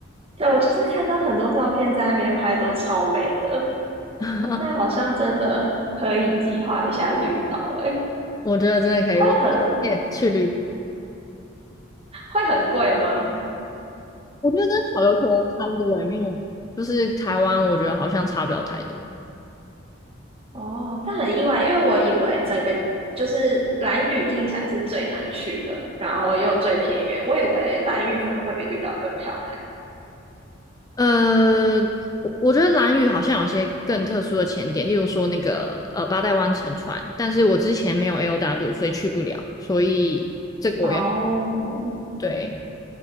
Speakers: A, on the right; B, on the left.
A: 对，我就是看到很多照片在那边拍，都超美的。
B: <laughs>
A: 那好像真的可以计划一下绿岛，诶，
B: 我觉得真的可以，
A: 会很
B: 我推去绿。
A: 会很贵吗？
B: 我觉得跟小琉球差不多也没有，就是台湾，我觉得好像差不了太多。
A: 哦，但很意外，因为我以为整个就是兰屿听起来是最难去的，然后又最偏远，我以为兰屿可能会比绿岛更漂亮。
B: 呃，我我觉得兰屿好像有些更特殊的潜点，例如说那个呃八代湾沉船，但是我之前没有 LW，所以去不了，所以这个我也
A: 哦，
B: 对，